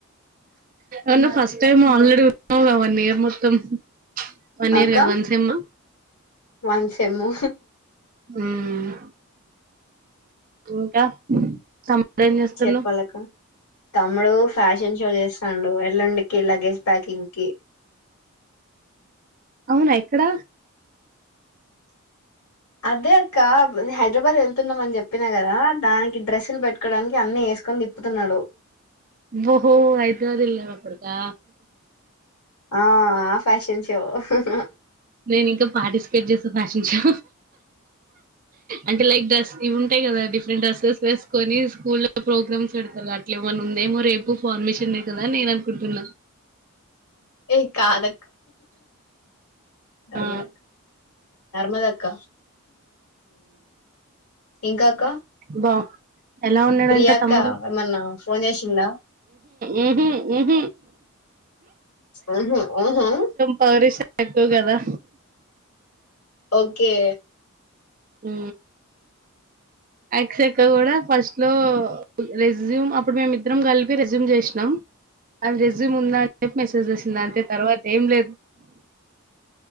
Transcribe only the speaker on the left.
అక్క
వన్ సేమ్ము
చెప్పాలక్క తమ్ముడు ఫ్యాషన్ షో చేస్తాండు. ఎల్లుండి లగేజ్ ప్యాకింగ్ కి
అదే అక్క మేమ్ హైదరాబాద్ వెళ్తున్నాం. అని చెప్పినా కదా దానికి డ్రస్సులు పెట్టుకోవడానికి అన్నీ వేసుకొని తిప్పుతున్నడు.
ఆ ఆ ఫ్యాషన్ షో స
ఏ కాాల నర్మలక్
నర్మద అక్క ఇంకా అక్క
ప్రియాంక
ఏమన్నా ఫోన్ చేసిందా
ఆహా ఆహా
ఓకే